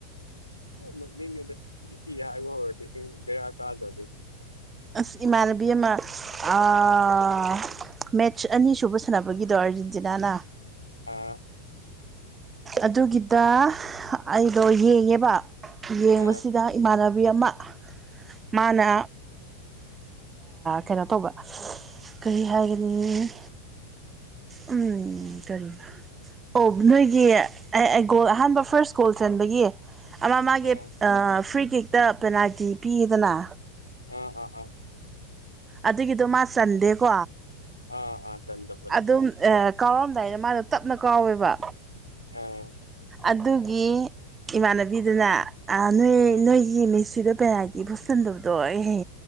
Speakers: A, on the left; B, on the right.
A: ꯅꯝꯅꯤꯡꯉꯦꯗ ꯊꯤ ꯊꯤ ꯍꯥꯏꯕ ꯍꯧꯔꯗꯤ ꯎꯝ ꯕꯦꯔꯥ ꯀꯥꯗꯣꯔꯤ꯫
B: ꯑꯁ ꯏꯃꯥꯟꯅꯕꯤ ꯑꯃ ꯑꯥ ꯃꯦꯠꯆ ꯑꯅꯤ ꯁꯨꯕ ꯁꯥꯟꯅꯕꯒꯤ ꯑꯗꯨ ꯑꯔꯖꯦꯟꯇꯤꯅꯅꯥ꯫
A: ꯑꯥ
B: ꯑꯗꯨꯒꯤꯗ ꯑꯩꯗꯣ ꯌꯦꯡꯉꯦꯕ ꯌꯦꯡꯕꯁꯤꯗ
A: ꯑꯥ
B: ꯏꯃꯥꯟꯅꯕꯤ ꯑꯃ ꯃꯥꯅ ꯀꯩꯅꯣ ꯇꯧꯕ ꯀꯩ ꯍꯥꯏꯒꯅꯤ ꯎꯝ ꯀꯔꯤ ꯑꯣ ꯅꯣꯏꯒꯤ ꯑꯩ ꯑꯩ ꯒꯣꯜ ꯑꯍꯥꯟꯕ ꯐꯥꯔ꯭ꯁ ꯒꯣꯜ ꯆꯟꯕꯒꯤ ꯑꯃ ꯃꯥꯒꯤ
A: ꯑꯥ
B: ꯐ꯭ꯔꯤ ꯀꯦꯛ ꯗ ꯄꯦꯅꯥꯜꯇꯤ ꯄꯤꯌꯦꯗꯅ
A: ꯑꯥ ꯑꯥ ꯑꯥ
B: ꯑꯗꯨꯒꯤꯗꯣ ꯃꯥ ꯆꯟꯗꯦꯀꯣ꯫
A: ꯑꯥ ꯑꯥ ꯆꯟꯗꯕꯅꯦ
B: ꯑꯗꯨꯝ ꯑꯦ ꯀꯥꯎꯔꯝꯗꯥꯏꯗ ꯃꯥꯗꯣ ꯇꯞꯅ ꯀꯥꯎꯋꯦꯕ
A: ꯑꯥ
B: ꯑꯗꯨꯒꯤ ꯏꯃꯥꯟꯅꯕꯤꯗꯨꯅ ꯑꯥ ꯅꯣꯏ
A: ꯑꯥ
B: ꯅꯣꯏ ꯑꯩꯒꯤ ꯃꯤꯠꯁꯤꯗ ꯄꯦꯅꯥꯜꯇꯤ ꯐꯥꯎ ꯆꯟꯗꯕꯗꯣ ꯑꯦꯍꯦ